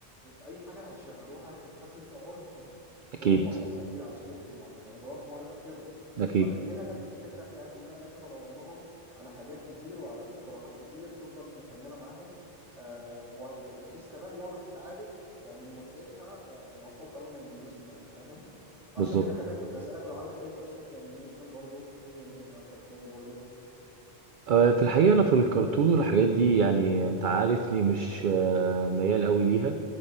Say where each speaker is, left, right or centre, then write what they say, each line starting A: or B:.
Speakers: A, in the centre; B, on the right.
A: أي حاجة هيشغلوها هتتخزن في عقولهم فاهم
B: اكيد
A: وهتأثر كده على سلوكهم وعلى نظراتهم وعلى تفكيرهم
B: اكيد
A: فمن هنا جت الفكرة بتاعت إن أنا لازم أدور لهم على حاجات كتير وعلى اقتراحات كتير تفضل مكملة معاهم آه، وب- بحيث كمان لو اتعادت فمن متعتها آه، الأطفال كمان ما يملوش منها فاهم فعشان
B: بالظبط
A: كده كمان كنت أسألك لو عندك أي ترشيح لأنيميشن برضو أي أنيميشن أو كرتون برضو
B: آه، في الحقيقه انا في الكرتون والحاجات دي يعني انت عارفني مش آه، ميال قوي ليها